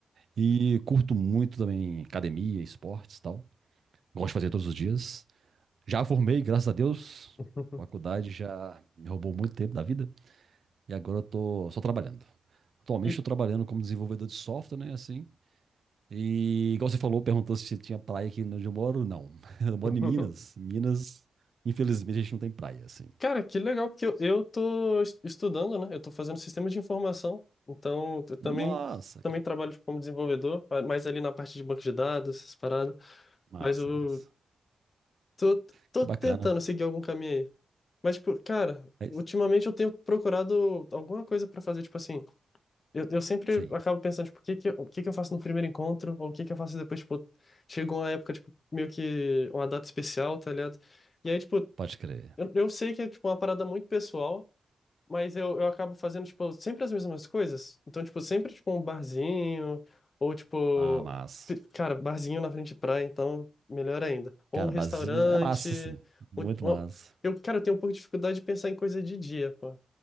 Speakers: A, on the right; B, on the left.
A: E curto muito também academia, esportes e tal. Gosto de fazer todos os dias. Já formei, graças a Deus.
B: <laughs>
A: Faculdade já me roubou muito tempo da vida. E agora eu tô só trabalhando. Atualmente
B: E...
A: estou trabalhando como desenvolvedor de software, né? Assim. E igual você falou, perguntou se tinha praia aqui onde eu moro. Não. <laughs> Eu moro
B: <laughs>
A: em Minas. Minas, infelizmente, a gente não tem praia, assim.
B: Cara, que legal, porque eu, eu tô es- estudando, né? Eu tô fazendo sistemas de informação, então eu também,
A: Nossa,
B: também
A: cara.
B: trabalho tipo, como desenvolvedor, ah, mais ali na parte de banco de dados, essas paradas.
A: Massa,
B: Mas eu
A: massa.
B: tô, tô
A: Que bacana.
B: tentando seguir algum caminho aí. Mas, tipo, cara,
A: É isso?
B: ultimamente eu tenho procurado alguma coisa pra fazer, tipo assim, eu, eu sempre
A: sim,
B: acabo pensando, tipo, o que que, eu- o que que eu faço no primeiro encontro, ou o que que eu faço depois, tipo, chegou uma época, tipo, meio que uma data especial, tá ligado? E aí, tipo,
A: pode crer.
B: eu, eu sei que é, tipo, uma parada muito pessoal, mas eu, eu acabo fazendo, tipo, sempre as mesmas coisas. Então, tipo, sempre, tipo, um barzinho, ou, tipo,
A: Ah, massa.
B: pi- cara, barzinho na frente de praia, então, melhor ainda. Ou
A: Cara,
B: um restaurante.
A: basinha é massa, sim. Muito
B: ou- ou-
A: massa.
B: Eu, cara, eu tenho um pouco de dificuldade de pensar em coisa de dia, pô.